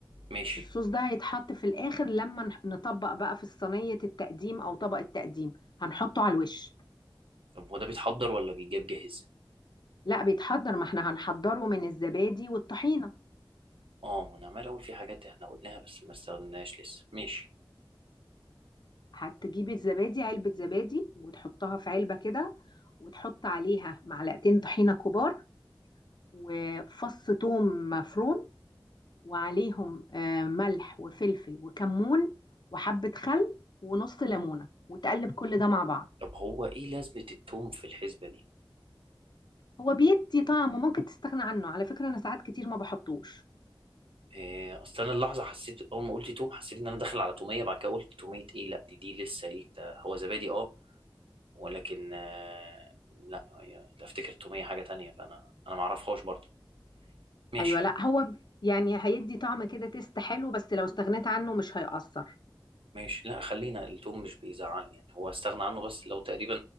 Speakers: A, on the right; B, on the left.
A: ماشي
B: الصوص ده هيتحط في الآخر لما نح- نطبق بقى في صينية التقديم أو طبق التقديم هنحطه على الوش
A: طب هو ده بيتحضر ولا بيجاب جاهز
B: لا بيتحضر ما احنا هنحضره من الزبادي والطحينة
A: اه ما انا عمال اقول في حاجات احنا قلناها بس ما استخدمناهاش لسه ماشي
B: هتجيبي الزبادي علبة زبادي وتحطها في علبة كده وتحط عليها معلقتين طحينة كبار وفص ثوم مفروم وعليهم آه، ملح وفلفل وكمون وحبة خل ونص ليمونة وتقلب كل ده مع بعض
A: طب هو ايه لازمة التوم في الحسبة دي
B: هو بيدي طعم ممكن تستغنى عنه على فكرة أنا ساعات كتير ما بحطوش
A: إيه، اصل انا اللحظه حسيت اول ما قلت توم حسيت ان انا داخل على توميه بعد كده قلت توميه ايه لا دي دي لسه ايه ده هو زبادي اه ولكن آه، لا هي- ده افتكر التوميه حاجه تانية فانا انا ما اعرفهاش برضه ماشي
B: أيوة لا هو ب- يعني هيدي طعم كده تيست حلو بس لو استغنيت عنه مش هيأثر
A: ماشي لا خلينا التوم مش بيزعلني يعني هو استغنى عنه بس لو تقريبا